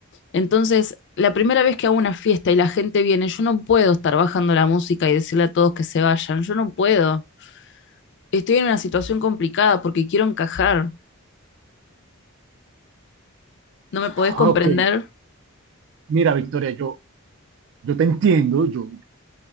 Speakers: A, on the left; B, on the right.
A: Entonces, la primera vez que hago una fiesta y la gente viene, yo no puedo estar bajando la música y decirle a todos que se vayan, yo no puedo. Estoy en una situación complicada porque quiero encajar. ¿No me podés comprender?
B: Ok, mira Victoria, yo, yo te entiendo, yo,